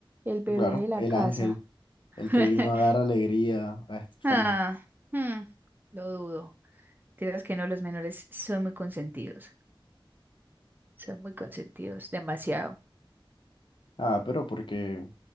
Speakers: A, on the right; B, on the left.
A: el bebé
B: Claro,
A: de la
B: el
A: casa.
B: ángel,
A: <laughs>
B: el que vino a dar alegría a esta familia.
A: Ah, hmm, lo dudo. Tienes que no, los menores son muy consentidos. Son muy consentidos, demasiado.
B: Ah, pero porque